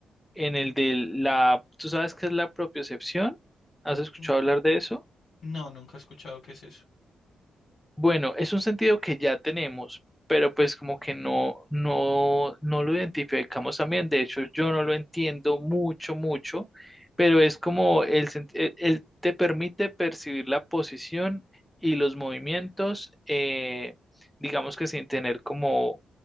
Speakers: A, in the centre; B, on the left.
A: en el de la, ¿tú sabes qué es la propiocepción? ¿Has escuchado
B: N-
A: hablar de eso?
B: no, nunca he escuchado qué es eso.
A: Bueno, es un sentido que ya tenemos, pero pues como que no, no, no lo identificamos también. De hecho, yo no lo entiendo mucho, mucho, pero es como el, sen- el- el- te permite percibir la posición y los movimientos, eh, digamos que sin tener como,